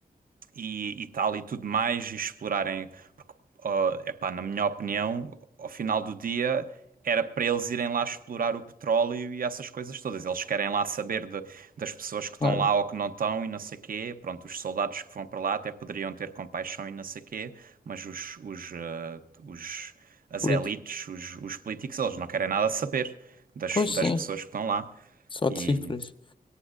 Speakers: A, on the right; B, on the left.
A: e, e tal e tudo mais, e explorarem. Porque, ó, epá, na minha opinião, ao final do dia era para eles irem lá explorar o petróleo e essas coisas todas. Eles querem lá saber de- das pessoas que estão
B: claro,
A: lá ou que não estão e não sei quê. Pronto, os soldados que vão para lá até poderiam ter compaixão e não sei quê, mas os, os, eh, os- as
B: político.
A: elites, os, os políticos, eles não querem nada saber das,
B: Pois
A: das
B: sim,
A: pessoas que estão lá.
B: só
A: E
B: de cifras.